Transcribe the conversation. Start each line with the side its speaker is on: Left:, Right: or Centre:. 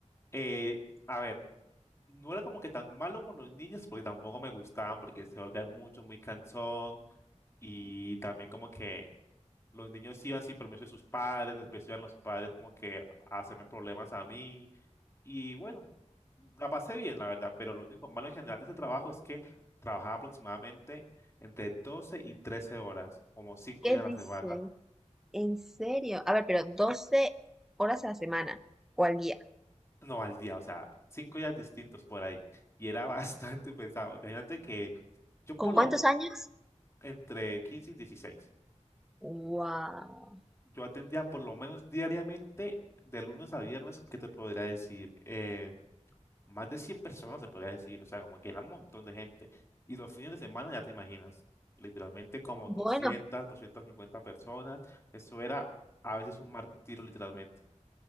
Left: Eh, a ver, no era como que tan malo con los niños porque tampoco me gustaban porque se volvían mucho, muy cansón y también como que los niños iban sin permiso de sus padres, después iban los padres como que a hacerme problemas a mí y bueno, la pasé bien la verdad, pero lo único malo en general de ese trabajo es que trabajaba aproximadamente entre 12 y 13 horas, como 5
Centre: ¿Qué
Left: días
Centre: dices?
Left: a la semana.
Centre: ¿En serio? A ver, pero doce horas a la semana o al día.
Left: No al día, o sea, cinco días distintos por ahí. Y era <laughs> bastante pesado. Imagínate que yo
Centre: ¿Con
Left: por lo
Centre: cuántos años?
Left: entre 15 y 16.
Centre: Wow.
Left: Yo atendía por lo menos diariamente, de lunes a viernes, que te podría decir? Eh, más de 100 personas, se podría decir. O sea, como que era un montón de gente. Y los fines de semana, ya te imaginas, literalmente como
Centre: Bueno,
Left: 200, cincuenta personas. Eso era a veces un martirio, literalmente.